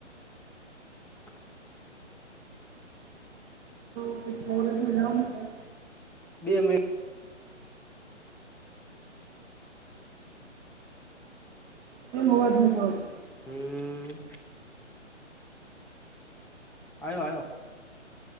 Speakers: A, in the centre; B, on the right (about 20°).
A: <inaudible>
B: <unintelligible> કોલેજ મા જવા નુ થયે
A: બે મિ
B: કેમ અવાઝ નથ આવતો
A: હમ્મ આયો, આયો